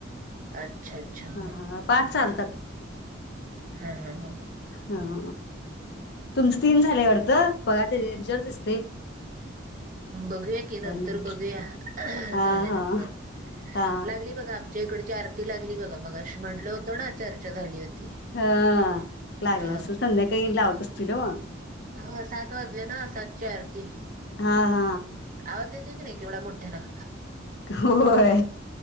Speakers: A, on the right; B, on the left.
A: अच्छा अच्छा
B: हा हा हा पाच चालतात.
A: हा हा हा हा
B: हां तुमचं तीन झालेय वाढत, बघा त्याच्यावर दिसतेय.
A: बघूया की, नंतर
B: नंबर
A: बघूया
B: हा
A: झाल्यानंतर
B: हा हा
A: लागली बघा आमच्या इकडची आर ती लागली बघा, मगाशी म्हटलं होतं ना चर्चा झाली होती.
B: हां लागला
A: अ
B: अस, संध्याकाळी लावत असतील ओ
A: हा सात वाजले ना, सातची आरती.
B: हा हा
A: आवाज येतोय की, नाही केवढा मोठ्यानं
B: होय